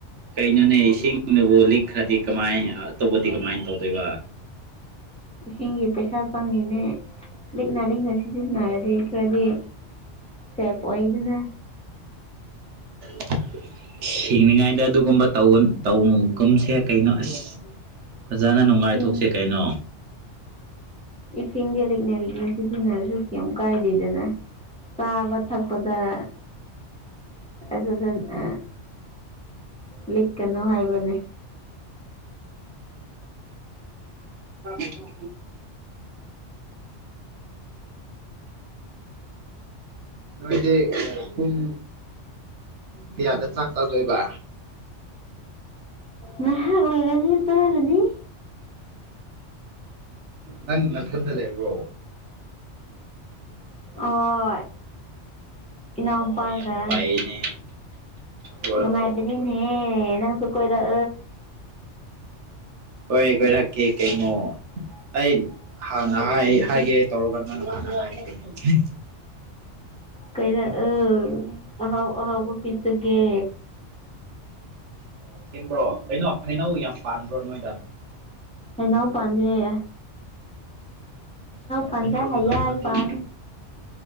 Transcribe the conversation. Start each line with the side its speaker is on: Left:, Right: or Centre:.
Right: ꯀꯩꯅꯣꯅꯦ ꯏꯁꯤꯡꯗꯨꯕꯨ ꯂꯤꯛꯈ꯭ꯔꯗꯤ ꯀꯃꯥꯏ ꯇꯧꯕꯗꯤ ꯀꯃꯥꯏꯅ ꯇꯧꯗꯣꯏꯕ
Centre: ꯏꯁꯤꯡꯒꯤ ꯄꯩꯁꯥ ꯇꯪꯉꯤꯅꯦ ꯂꯤꯛ ꯂꯤꯛꯅ ꯂꯤꯛꯅ ꯁꯤꯖꯤꯟꯅꯔꯗꯤ ꯈꯔꯗꯤ ꯁꯦꯞ ꯑꯣꯏ ꯑꯗꯨꯅ
Right: <inaudible> ꯁꯤꯡꯅꯤꯉꯥꯏꯗ ꯑꯗꯨꯒꯨꯝꯕ ꯇꯧꯒ ꯇꯧꯅꯨꯒꯨꯝꯁꯦ ꯀꯩꯅꯣ ꯑꯁ ꯐꯖꯅ ꯅꯨꯡꯉꯥꯏꯊꯣꯛꯁꯦ
Centre: ꯏꯁꯤꯡ
Right: ꯀꯩꯅꯣ
Centre: ꯏꯁꯤꯡꯗꯤ ꯂꯤꯛꯅ ꯂꯤꯛꯅ ꯁꯤꯖꯤꯟꯅꯔꯁꯨ ꯌꯥꯝ ꯀꯥꯏꯗꯦꯗꯅ ꯆꯥꯕ ꯊꯛꯄꯗ ꯑꯗꯨꯗ ꯑ ꯂꯤꯛꯀꯅꯣ ꯍꯥꯏꯕꯅꯦ
Right: ꯑꯣ <unintelligible> ꯅꯣꯏꯗꯤ ꯄꯨꯡ ꯄꯤꯌꯥꯗ ꯆꯥꯛ ꯆꯥꯗꯣꯏꯕ
Centre: ꯉꯍꯥꯛ ꯂꯩꯔꯅꯤ ꯆꯥꯔꯅꯤ
Right: ꯅꯪ ꯅꯥꯊꯟꯗ ꯂꯩꯕ꯭ꯔꯣ
Centre: ꯍꯣꯏ ꯏꯅꯥꯎꯄꯥꯒ
Right: ꯑꯣ ꯌꯥꯝ ꯅꯨꯡꯉꯥꯏꯌꯦꯅꯦ ꯍꯣꯏ
Centre: ꯅꯨꯡꯉꯥꯏꯕꯅꯤꯅꯦ
Right: ꯍꯣꯏ ꯍꯣꯏ
Centre: ꯅꯪꯁꯨ ꯀꯣꯏꯔꯛ
Right: ꯍꯣꯏ ꯀꯣꯏꯔꯛꯀꯦ ꯀꯩꯅꯣ ꯑꯩ ꯍꯥꯟꯅ ꯍꯥꯏ ꯍꯥꯏꯒꯦ ꯇꯧꯔꯒ ꯅꯪ ꯍꯥꯟꯅ ꯍꯥꯏꯈꯤꯕꯅꯦ ꯍꯣꯏ
Centre: ꯀꯩꯅ ꯑ ꯑꯍꯥꯎ ꯑꯍꯥꯎꯕ ꯄꯤꯖꯒꯦ
Right: ꯑꯣ ꯁꯦꯝꯕ꯭ꯔꯣ ꯀꯩꯅꯣ ꯍꯩꯅꯧ ꯌꯥꯝ ꯄꯥ꯭ꯔꯣ ꯅꯣꯏꯗ
Centre: ꯑꯟꯅꯕꯨ ꯄꯥꯟꯗꯦꯌꯦ ꯄꯥꯟꯗꯦ
Right: ꯑꯅꯧꯕ
Centre: ꯍꯌꯥꯏ
Right: ꯃꯇꯝꯗ ꯑꯩ
Centre: ꯄꯥꯜꯂꯦ